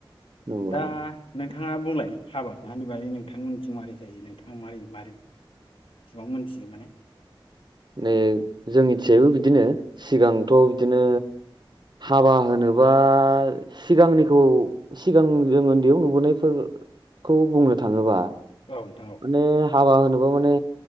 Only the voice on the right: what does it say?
नंगौ
नंगौ
नै जोंनिथिजायबो बिदिनो सिगांथ
बिदिनो हाबा होनोबा सिगांनिखौ सिगां जों उन्दैयाव नुबोनायफोरखौ बुंनो थाङोबा
माने हाबा होनोबा माने